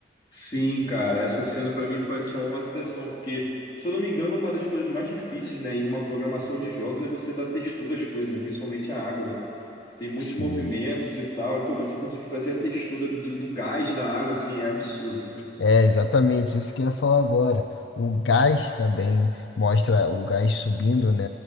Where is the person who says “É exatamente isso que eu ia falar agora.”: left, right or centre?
Left